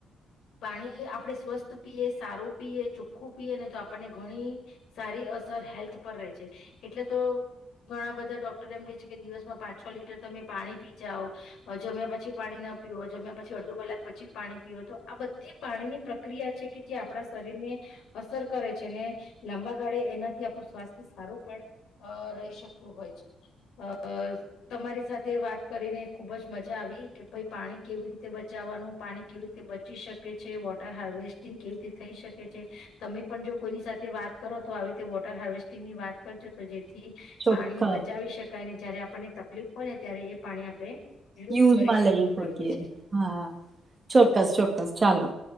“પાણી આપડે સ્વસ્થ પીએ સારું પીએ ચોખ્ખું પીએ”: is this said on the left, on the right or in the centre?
Left